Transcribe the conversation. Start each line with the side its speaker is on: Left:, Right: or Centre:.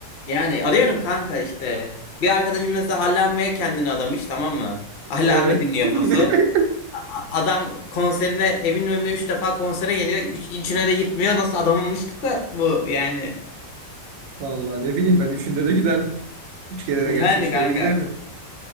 Left: Yani arıyorum kanka işte. Bir arkadaşım mesela Allame'ye kendini adamış tamam mı? Allame
Right: Evet.
Left: dinliyor
Right: <laughs>
Left: pası. A- Adam konserine evinin önüne 3 defa konsere geliyor. Üç, üçüne de gitmiyor. Nasıl adamamıştık da bu yani.
Right: Vallahi ne bileyim ben üçünde de giderdim. Üç kere
Left: Yani
Right: de gelse üç
Left: kanka.
Right: kere de giderdim.